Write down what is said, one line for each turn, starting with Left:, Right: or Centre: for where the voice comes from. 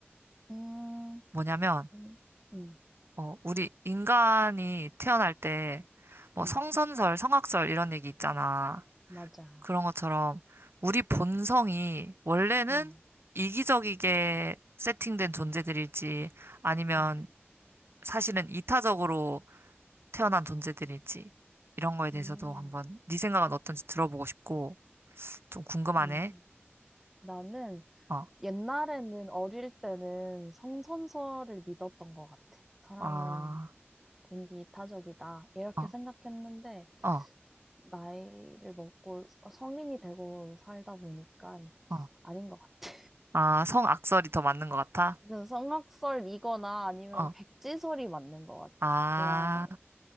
Centre: 음,
Right: 뭐냐면,
Centre: 음, 음,
Right: 어, 우리 인간이 태어날 때, 뭐
Centre: 음,
Right: 성선설, 성악설 이런 얘기 있잖아.
Centre: 맞아.
Right: 그런 것처럼 우리 본성이 원래는
Centre: 음,
Right: 이기적이게 세팅된 존재들일지 아니면
Centre: 음,
Right: 사실은 이타적으로 태어난 존재들일지 이런 거에 대해서도
Centre: 음,
Right: 한번 네 생각은 어떤지 들어보고 싶고 좀 궁금하네.
Centre: 음. 나는
Right: 어,
Centre: 옛날에는 어릴 때는 성선설을 믿었던 것 같아. 사람은
Right: 아,
Centre: 본디 타적이다. 이렇게
Right: 어,
Centre: 생각했는데,
Right: 어,
Centre: 나이를 먹고 성인이 되고 살다 보니까
Right: 어.
Centre: 아닌 것 같아.
Right: 아, 성악설이 더 맞는 것 같아?
Centre: 그 성악설이거나 아니면
Right: 어.
Centre: 백지설이 맞는 것
Right: 아,
Centre: 같아. 그냥